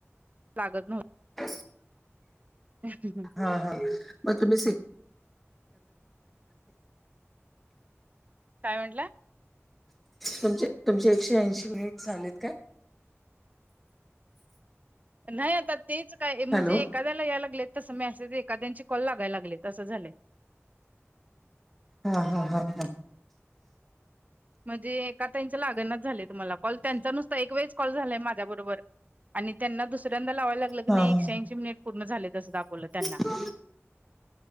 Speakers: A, on the right; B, in the centre.
A: लागत नव्हत.
B: बस.
A: ह.
B: हा हा मग तुम्ही?
A: काय म्हंटलं?
B: तुमचे तुमचे एकशे ऐंशी मिनिट झालेत का?
A: नाही आता तेच काय म्हणजे
B: हॅलो
A: ए. ्याला याय लागले तस मी असे एखद्यां कल लागाय लाग तं झालं.
B: हा हा हा हा.
A: म्हणजे एका त्यांच्या लागणच झालंय तुमला कॉल त्यांचा नुसता एक वेळेस कॉल झालाय माझ्या बरोबर आणि त्यांना दुसऱ्यांदा लावायला लागलं की
B: हा
A: नाही एकशेऐंशी मिनिट पूर्ण झाले तसं दाखवलं त्यांना
B: हा